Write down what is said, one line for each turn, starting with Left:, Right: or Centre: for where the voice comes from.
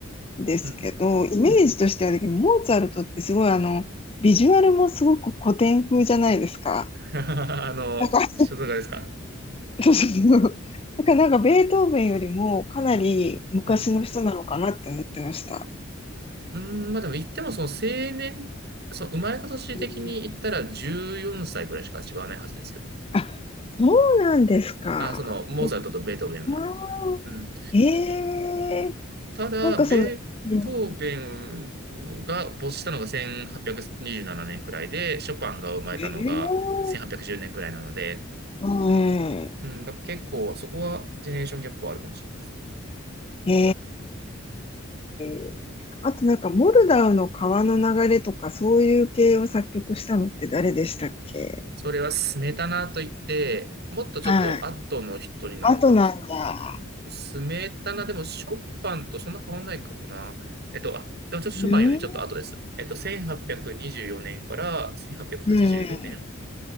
Left: ですけど、
Right: うん。
Left: イメージとしてはだけど、モーツァルトってすごいあの、ビジュアルもすごく古典風じゃないですか。
Right: <laughs> あの、
Left: なんか、<laughs>
Right: 所属ですか
Left: そうそうそう。だからなんかベートーベンよりもかなり昔の人なのかなって思ってました。
Right: うん、うん。うん、まあでも言ってもその青年、そう生まれた年的に言ったら14歳ぐらいしか違わないはずですよ。
Left: うんあ、そうなんですか。
Right: あ、その、モーツァルトとベートーベンは。
Left: であ
Right: うん。
Left: ーえ
Right: ただ、
Left: ー、なんかその、
Right: ベートーベンが没したのが1827年くにじゅうななねんくらいで、
Left: うん、
Right: ショパンが生まれたのが1810年くじゅうねんくらいなので、
Left: えー、うん
Right: うん、だから結構そこはジェネレーションギャップはあるかもしれないですね。
Left: ええあとなんか、モルダウの川の流れとか、そういう系を作曲したのって誰でしたっけ
Right: それはスメタナといって、もっとちょっと後の人になるのかな。
Left: はい。あとなんだ。
Right: スメタナでもショパンとそんな変わんないかもな。えっと、あ、でもちょっとショパンよりちょっと後です。
Left: うん、
Right: えっと、1824年から1884年くはちじゅうよねん
Left: うん、